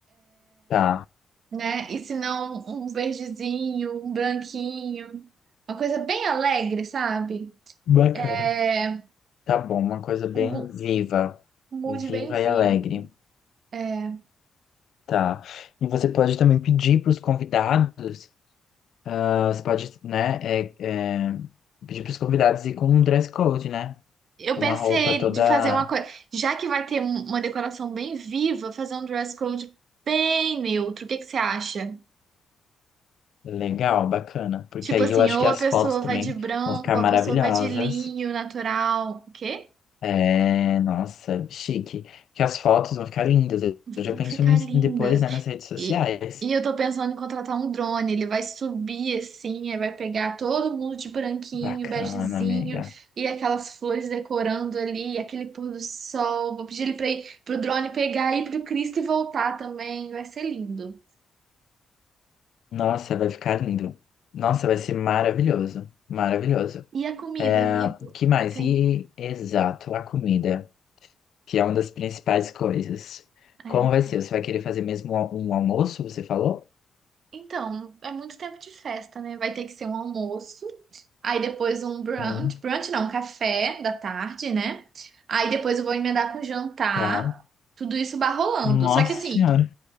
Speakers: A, on the left; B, on the right.
A: tá,
B: né? E se não, um verdezinho, um branquinho. Uma coisa bem alegre, sabe?
A: Bacana.
B: É
A: tá bom, uma coisa bem
B: um mu-
A: viva.
B: um mood
A: Viva
B: bem vivo.
A: e alegre.
B: É,
A: Tá. E você pode também pedir para os convidados, ah, você pode, né, é, é, pedir para os convidados ir com um dress code, né?
B: Eu
A: Com
B: pensei
A: Uma roupa toda.
B: de fazer uma coisa, já que vai ter um- uma decoração bem viva, fazer um dress code bem neutro. O que que você acha?
A: Legal, bacana. Porque
B: Tipo
A: aí
B: assim,
A: eu acho
B: ou
A: que as
B: a pessoa
A: fotos também
B: vai de branco,
A: vão ficar
B: ou
A: maravilhosas.
B: a pessoa vai de linho natural. O quê?
A: É, nossa, chique. Que as fotos vão ficar lindas. Eu já
B: Vão
A: penso
B: ficar
A: no, ins-
B: lindas.
A: depois, né, nas redes sociais.
B: E, e eu tô pensando em contratar um drone. Ele vai subir assim, aí vai pegar todo mundo de branquinho,
A: Bacana,
B: begezinho,
A: amiga.
B: e aquelas flores decorando ali, aquele pôr do sol. Vou pedir ele pra ir, pro drone pegar e ir pro Cristo e voltar também. Vai ser lindo.
A: Nossa, vai ficar lindo. Nossa, vai ser maravilhoso. Maravilhoso.
B: E a comida,
A: É,
B: amigo?
A: que mais?
B: Tem.
A: E exato, a comida, que é uma das principais coisas.
B: é.
A: Como vai ser? Você vai querer fazer mesmo um almoço, você falou?
B: Então, é muito tempo de festa, né? Vai ter que ser um almoço, aí depois um brunch,
A: Hum,
B: brunch não, um café da tarde, né? Aí depois eu vou emendar com jantar,
A: tá.
B: tudo isso barrolando.
A: Nossa
B: Só que assim,
A: senhora.